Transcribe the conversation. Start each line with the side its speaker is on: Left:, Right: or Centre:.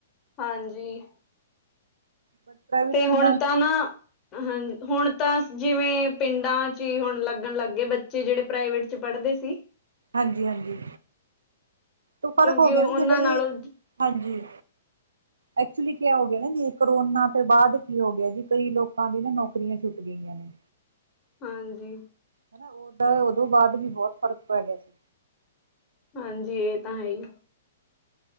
Left: ਹਾਂਜੀ।
Right: ਬਟ ਪ੍ਰਾਈਵੇਟ
Left: ਤੇ
Right: ਸਕੂਲਾਂ
Left: ਹੁਣ ਤਾਂ ਨਾ, ਹਾਂਜੀ ਹੁਣ। ਤਾਂ ਜਿਵੇਂ ਪਿੰਡਾਂ 'ਚ ਹੀ ਹੁਣ ਲੱਗਣ ਲੱਗ ਗਏ, ਬੱਚੇ ਜਿਹੜੇ ਪ੍ਰਾਈਵੇਟ 'ਚ ਪੜ੍ਹਦੇ ਸੀ।
Right: ਹਾਂਜੀ-ਹਾਂਜੀ, ਹੁਨ ਫ਼ਰਕ
Left: ਕਿਉਂਕਿ
Right: ਹੋ ਗਿਆ
Left: ਉਹਨਾਂ
Right: ਨਾ, ਜਿਹੜੇ
Left: ਨਾਲੋਂ
Right: ਹਾਂਜੀ। ਐਕਚੁਲੀ ਕਯਾ ਹੋ ਗਿਆ ਨਾ ਜੀ, ਕਰੋਨਾ ਤੋਂ ਬਾਅਦ ਕੀ ਹੋ ਗਿਆ ਜੀ ਕਈ ਲੋਕਾਂ ਦੀ ਨਾ ਨੌਕਰੀਆਂ ਛੁੱਟ ਗਈਆਂ ਨੇ।
Left: ਹਾਂਜੀ।
Right: ਹਨਾ ਉਦਾ, ਉਦੋਂ ਬਾਅਦ ਵੀ ਬਹੁਤ ਫਰਕ ਪੈ ਗਿਆ ਸੀ।
Left: ਹਾਂਜੀ, ਇਹ ਤਾਂ ਹੈ ਹੀ।